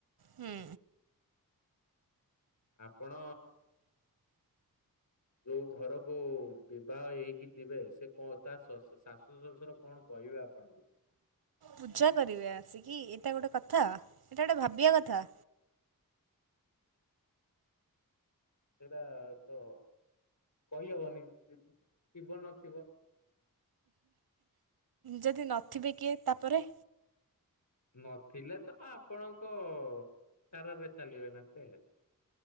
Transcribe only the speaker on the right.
ହୁଁ।
ପୂଜା କରିବେ ଆସିକି। ଏଇଟା ଗୋଟେ କଥା ଏଇଟା ଗୋଟେ ଭାବିବା କଥା।
ଯଦି ନଥିବେ କିଏ ତାପରେ